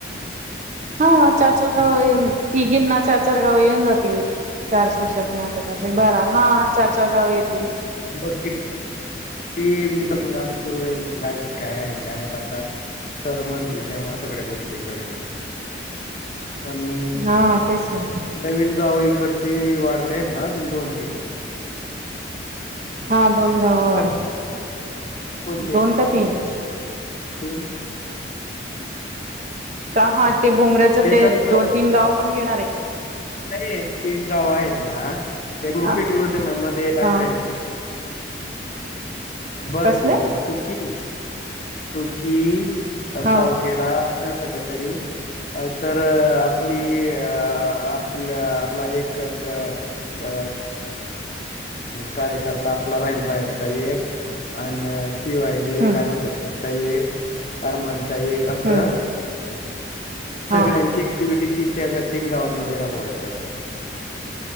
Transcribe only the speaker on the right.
हो चार चार गावं येणं तीघीनां चार चार चार गाव येऊन जातील, चार एके चार दोन आठ त्रिक बारा हा चार चार गावं येतील
हा तेच ना
हा दोन गाव वाड
दोन का तीन?
का हा ते भोंगऱ्याचं
ते दोन तीन गाव पण घेणार आहे का?
हा
हा
कसले
हा
हम्म
हम्म
हा